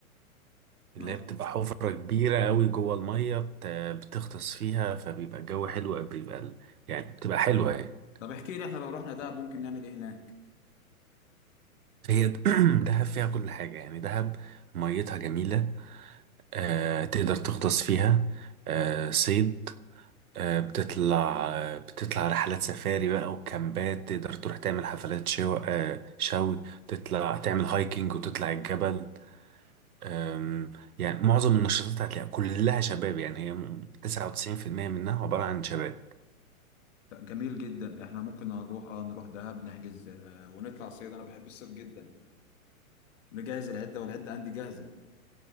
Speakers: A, on the left (about 60°); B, on the right (about 85°).
A: ما
B: اللي
A: رحت
B: هي بتبقى حفرة كبيرة قوي جوه المية بت- بتغطس فيها فبيبقى الجو حلو بيبقى ال- يعني بتبقى حلوة يعني
A: طب احكي لي احنا لو رحنا دهب ممكن نعمل ايه هناك
B: هي <clears throat> د- دهب فيها كل حاجة يعني دهب ميتها جميلة آه تقدر تغطس فيها آه صيد آه، بتطلع آه، بتطلع رحلات سفاري بقى وكامبات تقدر تروح تعمل حفلات شو... آه، شوي تطلع تعمل هايكنج وتطلع الجبل آم، يعني معظم النشاطات هتلاقيها كلها شباب يعني هي م- 99% منها عبارة عن شباب
A: طب جميل جدا احنا ممكن هنروح اه نروح دهب نحجز آه، ونطلع صيد انا بحب الصيد جدا نجهز العدة والعدة عندي جاهزة